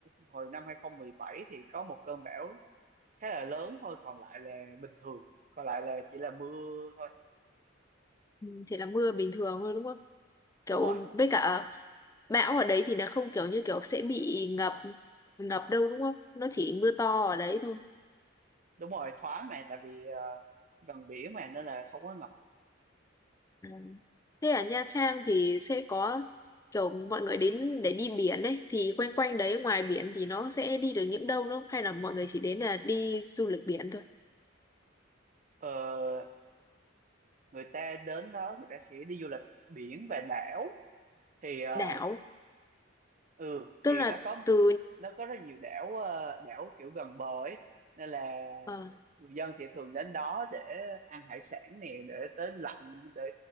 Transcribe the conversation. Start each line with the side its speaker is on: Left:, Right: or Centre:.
Right: hồi năm 2017 thì có một cơn bão khá là lớn thôi còn lại là bình thường còn lại là chỉ là mưa thôi
Left: ừ, thì là mưa bình thường thôi đúng không kiểu
Right: đúng rồi
Left: với cả bão ở đấy thì nó không kiểu như kiểu sẽ bị ngập ngập đâu đúng không nó chỉ mưa to ở đấy thôi
Right: đúng rồi thoáng mà tại vì ờ, gần biển mà nên là không có ngập
Left: à. thế ở Nha Trang thì sẽ có kiểu mọi người đến để đi biển ấy thì quanh quanh đấy ngoài biển thì nó sẽ đi được những đâu đúng không? hay là mọi người chỉ đến là đi du lịch biển thôi
Right: Ờ, người ta đến đó người ta sẽ đi du lịch biển và đảo thì ờ,
Left: đảo
Right: ừ thì
Left: tức là
Right: nó có
Left: từ
Right: nó có rất nhiều đảo ờ, đảo kiểu gần bờ ấy nên là
Left: ờ,
Right: người dân sẽ thường đến đó để ăn hải sản nè để tới lặn để